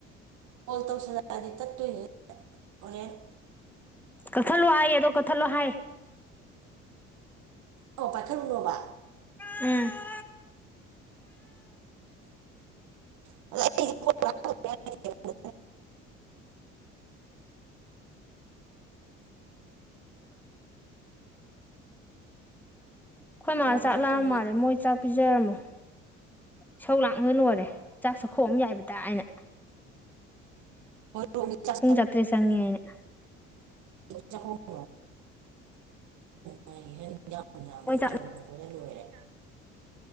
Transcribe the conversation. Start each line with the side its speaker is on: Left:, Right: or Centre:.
Right: ꯀꯣꯜ ꯇꯧꯁꯜꯂꯛꯑꯗꯤ ꯇꯠꯇꯣꯏꯅꯦ ꯍꯣꯔꯦꯟ
Centre: ꯀꯛꯊꯠꯂꯣ ꯍꯥꯏ ꯑꯗꯣ ꯀꯠꯊꯠꯂꯣ ꯍꯥꯏ
Right: ꯑꯣ ꯄꯥꯏꯈꯠꯂꯨꯅꯣꯕ
Centre: ꯎꯝ
Right: <unintelligible>
Centre: ꯑꯩꯈꯣꯏ ꯃꯥꯜ
Right: ꯀꯣꯜ
Centre: ꯆꯥꯛ
Right: ꯀꯅꯥꯝ
Centre: ꯂꯥꯛꯂꯥꯝꯃꯥꯜꯂꯦ
Right: ꯇꯧꯅꯤꯡꯉꯦ
Centre: ꯃꯣꯏ ꯆꯥꯛ ꯄꯤꯖꯔꯝꯃꯣ ꯏꯁꯧ ꯂꯥꯡꯅ ꯂꯣꯏꯔꯦ ꯆꯥꯛ ꯁꯈꯣꯡꯑꯝ ꯌꯥꯏꯕ ꯗ ꯑꯩꯅ
Right: ꯍꯣꯏꯔꯣꯝꯒꯤ ꯆꯥꯛ
Centre: ꯄꯨꯨꯡ ꯆꯇ꯭ꯔꯦꯠ ꯆꯪꯉꯤ ꯍꯥꯏꯅ
Right: ꯆ <unintelligible> ꯃꯥꯏ ꯍꯦꯟꯖꯥꯡ ꯅꯨꯡꯖꯥꯡ ꯂꯣꯏ
Centre: ꯃꯣꯏ ꯆꯥꯛ
Right: ꯊꯣꯡꯕꯗ ꯂꯣꯏꯔꯦ